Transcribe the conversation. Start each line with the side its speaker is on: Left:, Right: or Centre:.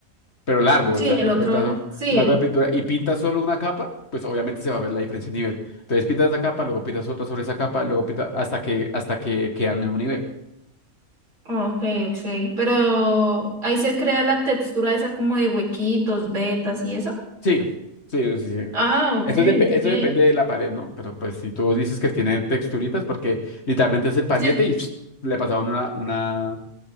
Left: pero largo,
Right: Sí,
Left: o sea,
Right: el
Left: quitas
Right: otro,
Left: un pedazo
Right: sí,
Left: largo de pintura y pintas solo una capa, pues obviamente se va a ver la diferencia de nivel. Entonces pintas esa capa, luego pintas otra sobre esa capa, luego pintas hasta que, hasta que queda al mismo nivel.
Right: ok, ok. Pero ahí se crea la textura esa como de huequitos, vetas y eso.
Left: Sí, sí, sí, sí.
Right: Ah,
Left: Eso,
Right: ok,
Left: es depe-
Right: ok.
Left: eso depende de la pared, ¿no? Pero pues si tú dices que tiene texturitas, porque literalmente es el pañete
Right: Sí,
Left: y <tsk> le pasaron una, una,